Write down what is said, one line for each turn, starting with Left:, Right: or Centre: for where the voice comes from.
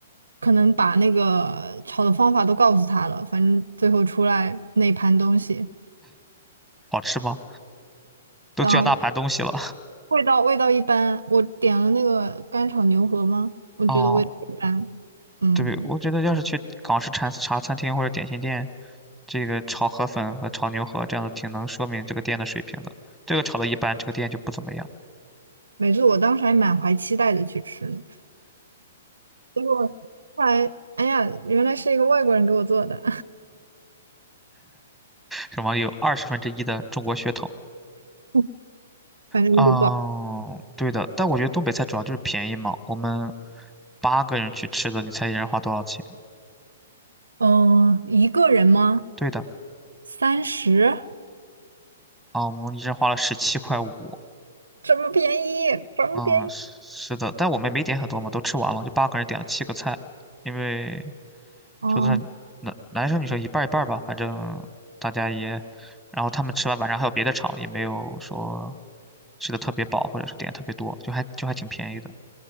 Right: 可能把那个炒的方法都告诉他了，反正最后出来那一盘东西，
Centre: 好吃吗？都叫那盘东西了
Right: 然后味道味道一般。我点了那个干炒牛河吗？我觉得味道一般。
Centre: <laughs> 哦。
Right: 嗯，
Centre: 对，我觉得要是去港式茶茶餐厅或者点心店，这个炒河粉和炒牛河这样的，挺能说明这个店的水平的。这个炒的一般，这个店就不怎么样。
Right: 没错，我当时还满怀期待的去吃呢，结果后来，哎呀，原来是一个外国人给我做的，
Centre: 什么有二十分之一的中国血统？
Right: <laughs> 反正就不好。
Centre: 嗯，对的。但我觉得东北菜主要就是便宜嘛。我们八个人去吃的，你猜一人花多少钱？
Right: 嗯，一个人吗？
Centre: 对的，
Right: 三十，
Centre: 啊，我们一人花了十七块五。
Right: 这么便宜，这么便宜。
Centre: 嗯，是是的，但我们没点很多嘛，都吃完了，就八个人点了七个菜，因为
Right: 哦，
Centre: 桌子上男男生女生一半儿一半儿吧，反正大家也，然后他们吃完晚上还有别的场，也没有说吃的特别饱或者是点特别多，就还就还挺便宜的。